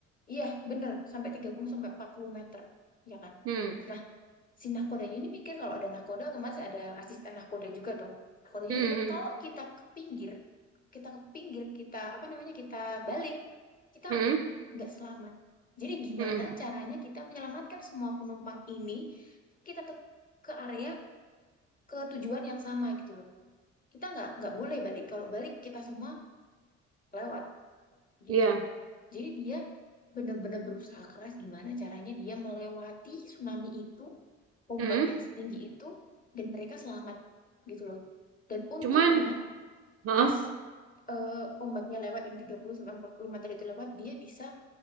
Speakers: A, on the left (about 25°); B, on the right (about 40°).
A: iya bener sampai 30 sampai 40 meter ya kan.
B: Hmm.
A: Nah, si nahkodanya ini mikir kalau ada nahkoda otomatis ada asisten nahkoda juga dong. Nahkodanya
B: Hmm.
A: mikir kalau kita ke pinggir, kita ke pinggir, kita apa namanya kita balik, kita
B: Hmm.
A: akan nggak selamat. Jadi gimana
B: Hmm. Hmm.
A: caranya kita menyelamatkan semua penumpang ini? Kita tetap ke area ke tujuan yang sama gitu loh. Kita nggak nggak boleh balik. Kalau balik kita semua lewat gitu.
B: Iya.
A: Jadi dia benar-benar berusaha keras gimana caranya dia melewati tsunami itu, ombak
B: Hmm.
A: yang setinggi itu, dan mereka selamat gitu loh. Dan untungnya
B: Cuman, hah?
A: pas eh, ombaknya lewat yang 30 sampai 40 meter itu lewat, dia bisa